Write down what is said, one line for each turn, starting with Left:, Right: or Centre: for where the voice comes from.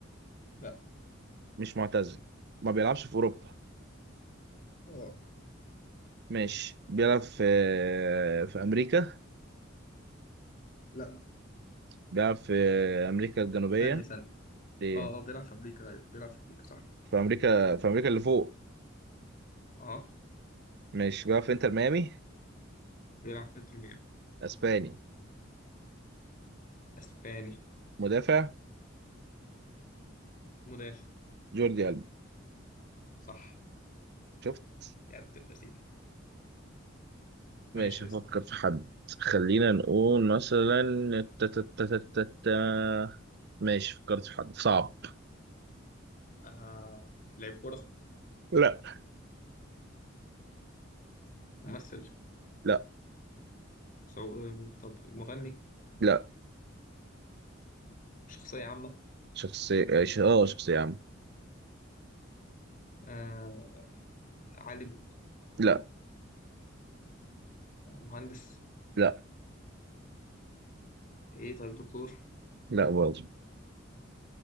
Left: لا
Right: مش معتزل ما بيلعبش في اوروبا
Left: اه
Right: ماشي بيلعب في في امريكا
Left: لا
Right: بيلعب في امريكا الجنوبيه
Left: ثانية ثانية
Right: إيه؟
Left: اه اه بيلعب في أمريكا أيوه بيلعب في أمريكا صح
Right: في امريكا في امريكا اللي فوق
Left: اه
Right: ماشي بيلعب في انتر ميامي
Left: بيلعب في إنتر ميامي
Right: اسباني
Left: أسباني
Right: مدافع
Left: مدافع
Right: جوردي ألبا
Left: صح
Right: شفت
Left: يا عبد اللذينة ماشي
Right: ماشي افكر
Left: يا اسطى
Right: في حد خلينا نقول مثلا تا- تا- تا- تا- تا- تا. ماشي فكرت في حد صعب
Left: آه لعيب كورة
Right: لا
Left: ممثل
Right: لا
Left: سو... آه، طب مغني
Right: لا
Left: شخصية عامة
Right: شخصية اه شخصية يا عم
Left: آه عالم
Right: لا
Left: مهندس
Right: لا
Left: ايه طيب دكتور
Right: لا برضه